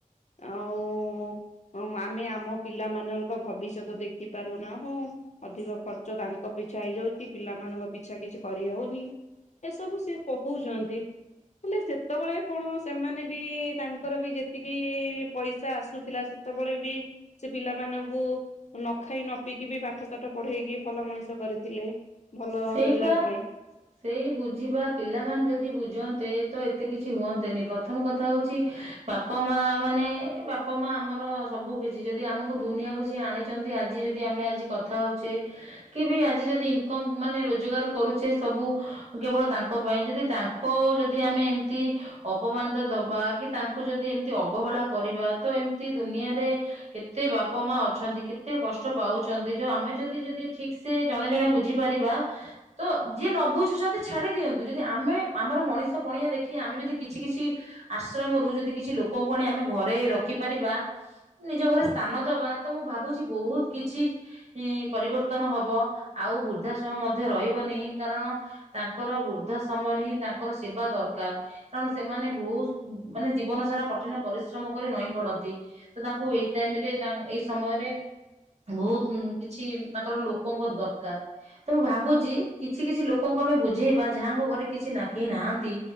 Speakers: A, on the left; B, on the right.
A: ଆଉ ଆଉ ଆମେ ଆମ ପିଲାଙ୍କ ଭବିଷ୍ୟତ ଦେଖି ପାରୁନାହୁଁ ଅଧିକ ଖର୍ଚ୍ଚ ତାଙ୍କପିଛା ହେଇଯାଉଚି ପିଲାମାନଙ୍କ ପିଛା କିଛି ଖ ଇଏ ହଉନି ଏ ସବୁ ସେ କହୁଛନ୍ତି ହେଲେ ସେତେବେଳେ କଣ ସେମାନେ ବି ତାଙ୍କର ବି ଯେତିକି ପଇସା ଆସୁଥିଲା ସେତେବେଳେ ବି ସେ ପିଲାମାନଙ୍କୁ ନ ଖାଇ ନ ପିିକି ବି ପାଠ ସାାଠ ପଢେଇକି ଭଲ ମଣିଷ କରି ଥିଲେ ଭଲ
B: ସେଇ
A: ରୋଜଗାର
B: ବା
A: ପାଇଁ
B: ସେଇ ବୁଝିବା ପିଲାମାନେ ଯଦି ବୁଝନ୍ତେ ତ ଏତେ କିଛି ହୁଅନ୍ତେ ନି, ପ୍ରଥମ କଥା ହେଉଛି ବାପା, ମା ମାନେ ବାପ, ମା ଆମର ସବୁ କିଛି ଜଦି ଆମକୁ ଦୁନିଆ କୁ ସେ ଆଣିଛନ୍ତି। ଆଜି ଯଦି ଆମେ ଆଜି କଥା ହୋଊଚେ କି, ବି ଆଜି ଯଦି ଏତେ ଇନ୍ କମ୍ ମାନେ ରୋଜଗାର କରୁଛେ ସବୁ କେବଳ ତାଙ୍କ ପାଇଁ ଯଦି ତାଙ୍କ ଜଦୀ ଆମେ ଏମତି ଅପମାନିତ ଦବା କି ତାଙ୍କୁ ଯଦି ଏମତି ଅବହେଳା କରିବା। ତ ଏମତି ଦୁନିଆରେ କେତେ ବାପ, ମା ଅଛନ୍ତି। କେତେ କଷ୍ଟ ପାଉଛନ୍ତି। ଜ ଆମେ ଯଦି, ଯଦି ଠିକ୍ ସେ ଜ େ ଜଣେ ବୁଝି ପାରିବା ତ ଯିଏ ନ ବୁଝୁଛନ୍ତି ଛାଡି ଦିଅନ୍ତୁ ଯଦି ଆମେ ଆମର ମଣିଷ ପଣିଆ ଦେଖି ଆମେ ଯଦି କିଛି କିଛି ଆଶ୍ରମରୁ ଯଦି କିଛି ଲୋକଙ୍କୁ ଆଣି ଆମେ ଘରେ ରଖିପାରିବା ନିଜ ଘରେ ସ୍ଥାନ ଦବା ତ ମୁଁ ଭାବୁଛି ବହୁତ କିଛି ପରିବର୍ତ୍ତନ ହବ। ଆଉ ବୃଦ୍ଧା ସମୟ ମଧ୍ୟ ରହିବନି କାରଣ ତାଙ୍କର ବୃଦ୍ଧା ସମୟରେ ହିଁ ତାଙ୍କର ସେବା ଦରକାର କାରଣ ସେମାନେ ବହୁତ ମାନେ ଜୀବନ ସାରା କଠିନ ପରିଶ୍ରମ କରି ନଈଁ ପଡନ୍ତି ତ ତାଙ୍କୁ ଏଇ ଟାଇମରେ ତା ଏଇ ସମୟରେ ବହୁତ କିଛି ତାଙ୍କର ଲୋକଙ୍କ ଦର ଦ ତ ମୁଁ ଭାବୁଛି କିଛି କିଛି ଲୋକଙ୍କୁ ଆମେ ବୁଝେଇବା ଯାହାଙ୍କ ଘରେ କିଛି ନାଖେଇ ନାହାନ୍ତି